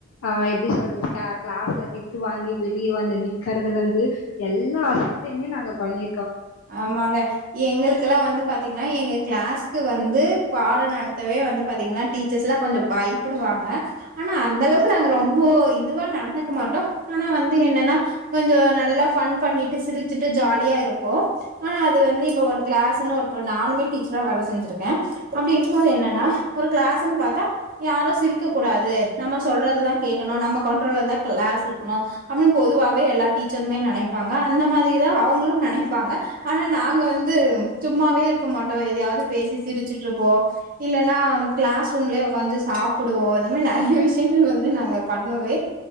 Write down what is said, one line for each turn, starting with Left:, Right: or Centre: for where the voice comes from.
Left: ஆ எப்படி சொல்லு க க்ளாஸ்ல திட்டு வாங்கி வெளிய வந்து நிக்கறதுல இருந்து எல்லா சேட்டையுமே நாங்க பண்ணி
Right: ஆமாங்க எங்களுக்கெல்லா வந்து பாத்தீங்கன்னா எங்க க்ளாஸ் கு வந்து பாடம் நடத்தவே வந்து பாத்தீங்கன்னா டீச்சர்ஸ்லா கொஞ்சம் பயப்படுவாங்க ஆனா அந்த அளவுக்கு நாங்க ரொம்ப இதுவா நடந்துக்க மாட் டோ ஆனா வந்து என்னன்னா கொஞ்ச நல்லா ஃபன் பண்ணிட் டு சிரிச்சுட்டு ஜாலியா இருக் போ ஆனா அது வந்து இப்ப ஒரு க்ளாஸ்ன்னு ஒரு நானுமே டீச்சரா வேலை செஞ்சிருக்கே அப்படி இருக்கும் போது என்னன்னா ஒரு க்ளாஸ்ன்னு பாத்தா யாரு சிரிக்கக் கூடாது நம்ம சொல்றதுதா கேட்கணு நம்ம கண்ட்ரோலதா க்ளாஸ் இருக்கணு அப்படின்னு பொதுவாவே எல்லா டீச்சருமே நெனைப்பாங்க அந்த மாதிரிதா அவங்களு நெனைப் ப்பாங்க ஆனா நாங்க வந்து சும்மாவே இருக்க மாட்டோ எதாயவது பேசி சிரிச்சுட்டு இருப்போ இல்லைன்னா க்ளாஸ் ரூம்லயே உக்காந்து சாப்பிடுவோம் இந்த மாரி நிறைய விஷயங்கள் வந்து நாங்க பண்ணவெ